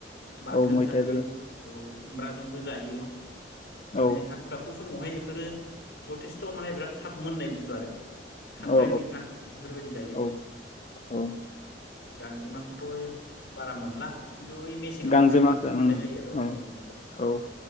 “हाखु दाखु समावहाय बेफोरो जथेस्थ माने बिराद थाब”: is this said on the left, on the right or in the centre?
Left